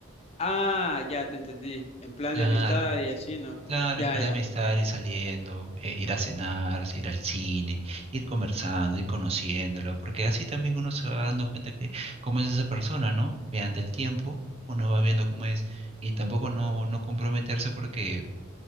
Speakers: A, on the left (about 30°); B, on the right (about 30°).
A: Ah, ya te entendí, en plan
B: Claro,
A: de amistad y así, ¿no?
B: claro,
A: Ya,
B: en verdad
A: ya.
B: amistad, ir saliendo, eh, ir a
A: Ujú,
B: cenar, ir al cine, ir conversando, ir conociéndolo, porque así también uno se va dando cuenta que cómo es esa persona, ¿no? Mediante el tiempo, uno va viendo
A: ujú,
B: cómo es, y tampoco no, no comprometerse porque